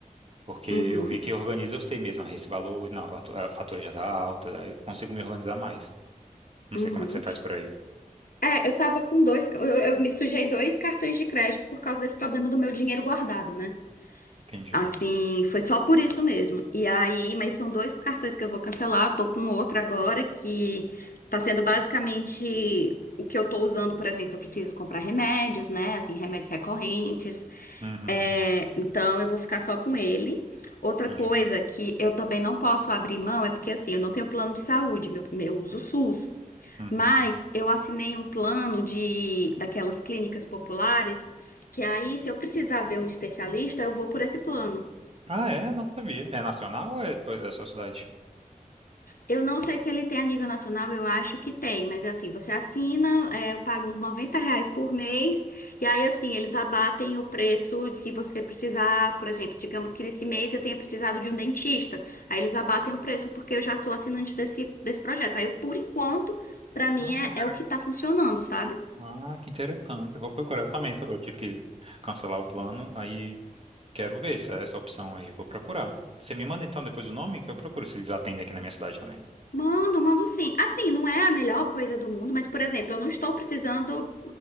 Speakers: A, on the right (about 45°); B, on the left (about 80°).
A: Porque eu
B: uhum,
A: vi que organiza, eu sei mesmo, ah, esse valor, não, a fatu- a fatura já tá alta, aí eu consigo me organizar mais. Não
B: uhum.
A: sei como é que você faz por aí.
B: É, eu tava com dois, eu, eu me sujei dois cartões de crédito por causa desse problema do meu dinheiro guardado, né?
A: Entendi.
B: Assim, foi só por isso mesmo. E aí, mas são dois cartões que eu vou cancelar. Eu tô com outro agora que tá sendo basicamente o que eu tô usando, por exemplo, eu preciso comprar remédios, né? Assim, remédios recorrentes.
A: Uhum,
B: É, então eu vou ficar só com ele. Outra
A: entendi.
B: coisa que eu também não posso abrir mão é porque assim, eu não tenho plano de saúde, meu, eu uso o SUS.
A: Uhum.
B: Mas eu assinei um plano de daquelas clínicas populares que aí, se eu precisar ver um especialista, eu vou por esse plano.
A: Ah, é? Não sabia. É nacional ou é, ou é da sua cidade?
B: Eu não sei se ele tem a nível nacional, eu acho que tem, mas assim, você assina, é, eu pago uns 90 reais por mês, e aí assim, eles abatem o preço se você precisar, por exemplo, digamos que nesse mês eu tenha precisado de um dentista, aí eles abatem o preço porque eu já sou assinante desse, desse projeto. Aí, por enquanto, pra mim
A: Ah,
B: é,
A: que legal.
B: é o que tá funcionando, sabe?
A: Ah, que interessante. Eu vou procurar eu também. tô- Eu tive que cancelar o plano, aí quero ver essa, essa opção aí. Eu vou procurar. Você me manda então depois o nome que eu procuro se eles atendem aqui na minha cidade também.
B: Mando, mando sim. Assim, não é a melhor coisa do mundo, mas, por exemplo, eu não estou precisando